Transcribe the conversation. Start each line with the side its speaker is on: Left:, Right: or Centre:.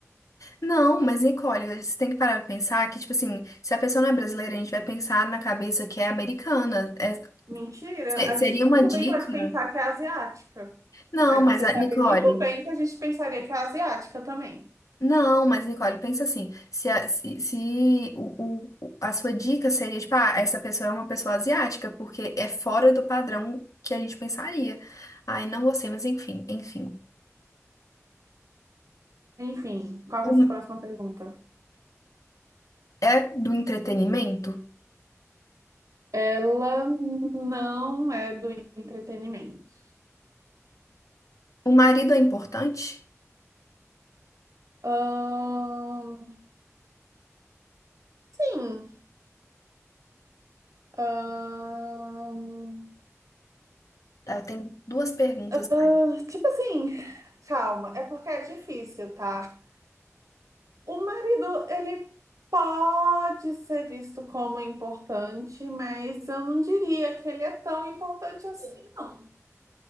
Left: Não, mas Nicole, você tem que parar pra pensar que, tipo assim, se a pessoa não é brasileira, a gente vai pensar na cabeça que é americana. É-
Right: Mentira,
Left: se-
Right: a
Left: seria
Right: gente muito
Left: uma dica.
Right: bem pode pensar que é asiática.
Left: Não,
Right: A-
Left: mas
Right: Você
Left: a
Right: sabe
Left: Nicole.
Right: muito bem que a gente pensaria que é asiática também.
Left: Não, mas Nicole, pensa assim, se, a, se, se o, o- a sua dica seria, tipo, ah, essa pessoa é uma pessoa asiática, porque é fora do padrão que a gente pensaria. Ai, não gostei, mas enfim, enfim.
Right: Enfim, qual que
Left: O-
Right: é a sua próxima pergunta?
Left: é do entretenimento?
Right: Ela não é do entretenimento.
Left: O marido é importante?
Right: Ahn, sim. Ahn,
Left: Tá, Eu tenho duas perguntas.
Right: ah,
Left: mais.
Right: tipo assim, calma, é porque é difícil, tá? O marido, ele pode ser visto como importante, mas eu não diria que ele é tão importante assim, não.